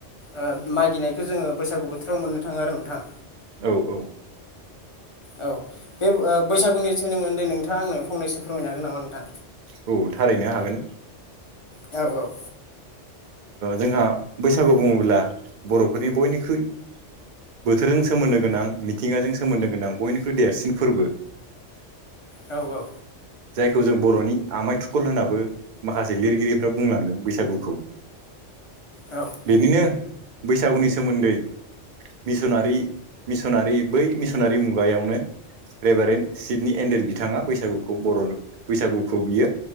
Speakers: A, on the left (about 35°); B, on the right (about 50°).
A: ओ मागिनायखौ जोङो बैसागु बोथोराव मोननो थाङो आरो नोंथां
B: औ औ
A: औ ओ बे बैसागुनि सोनोमनदै नोंथाङा आंनो फंनैसो फोरमायनो हागोन नामा नोंथा?
B: औ थारैनो हागोन।
A: औ औ
B: जोंहा बैसागु बुङोब्ला बर'फोरनि बयनिख्रुइ बो थोरजों सोमोन्दो गोनां मिथिंगाजों सोमोन्दो गोनां बयनिख्रुइ देरसिन फोरबो
A: औ औ
B: जायखौ जों बर'नि आमाय थुखल होनाबो माखासे लिरगिरिफ्रा बुंलांदों बैसागुखौ
A: औ
B: बेनिनो बैसागुनि सोमोन्दै मिसनारि मिसनारि बै मिसनारि मुगायावनो रेभारेन् सिदनि एन्डेल बिथाङा बैसागुखौ बर' बैसागुखौ बियो